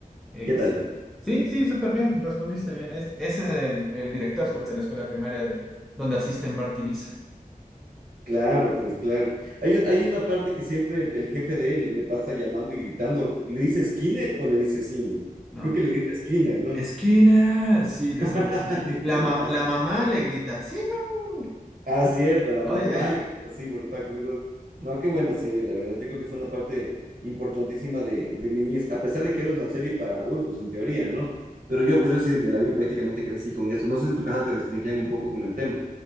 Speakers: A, in the centre; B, on the right (about 70°).
A: Exacto.
B: ¿Qué tal?
A: Sí, sí, súper bien. Respondiste bien. Es, ese es el, el director pues, de la escuela primaria de donde asisten Bart y Lisa.
B: Claro, pues claro. Hay un, hay una parte que siempre el, el jefe de él le pasa llamando y gritando. ¿Le dice Skinner o le dice Seymour?
A: No,
B: Creo que le grita Skinner, ¿no?
A: Skinner, sí, le
B: <laughs>
A: sabe decir así.
B: Literal.
A: La, mam- la mamá le grita, sí, mamá.
B: Ah, cierto, la
A: Oye,
B: mamá, le gritó así brutal conmigo. No, qué buena serie, la verdad. Yo creo que fue una parte importantísima de, de mi niñez, a pesar de que era una serie para adultos, en teoría, ¿no? Pero yo,
A: <laughs> así.
B: pues yo sí me la vi, prácticamente crecí con eso. No sé si en tu casa te restringían un poco con el tema.